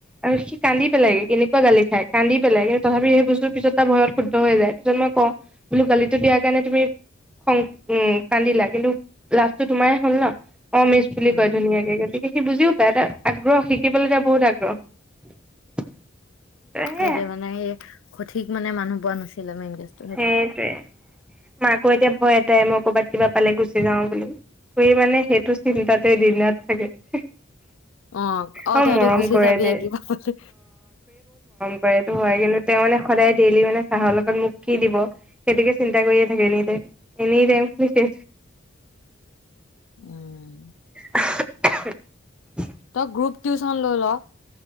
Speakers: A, in the centre; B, on the left.
A: আৰু সি কান্দি পেলাইগ কেনেকুৱা গালি খাই কান্দি পেলাই কিন্তু তথাপিও সেই বুজো পিছত তাৰ ভয়ত শুদ্ধ হৈ যায় পিছত মই ক বোলো গালিটো দিয়াৰ কাৰণে তুমি খং উম কান্দিলা কিন্তু লাভটো তোমাৰ হ'ল ন অঁ মিছ বুলি
B: উম,
A: কৈ ধুনীয়াই গতিকে সি বুজিও পায় আগ্ৰহ শিকিবলৈ য বহুত আগ্ৰহ সেয়াই
B: সেই যে মানে স সঠিক মানে মানুহ পোৱা ন মেইন কেচতো সেইটো
A: সেইটোৱে মাকো এতিয়া ভয় এটাই মই কৰ'বাত কিবা পালে গুচি যাও বুলিই মানে সেই টো চিন্তাতে দিনত থাকে <unintelligible>
B: অঁ, অঁ
A: অ
B: তই
A: মৰম
B: টো গুচি
A: কৰে
B: যাবিয়ে
A: দে
B: কিবা ক'লে।।
A: হয়। এইটো হয় কিন্তু তেওঁ যে সদায় ডেইলি মানে চাহৰ লগ।। মোক কি দিব সেইটোকে চিন্তা কৰিয়ে থাকে নেকি তাই। এনে তাই মোক কৈছে।।
B: উম।
A: <inaudible>
B: তই গ্ৰুপ টিউচন লৈ ল।